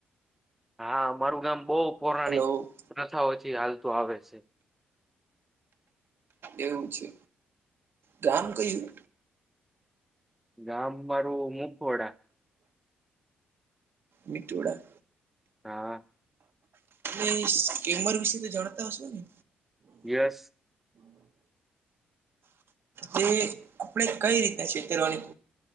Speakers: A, in the centre; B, on the right.
A: હા મારું ગામ બહુ પૌરાણિક
B: હલો
A: પ્રથાઓથી હાલતું આવે છે.
B: એવું છે, ગામ કયું?
A: ગામં મારું મુપોરડા.
B: મીઠોડા?
A: હા.
B: એ સ્કેનર વિશે તો જાણતા હશો ને?
A: યસ.
B: તે આપણે કઈ રીતના છેતરવાની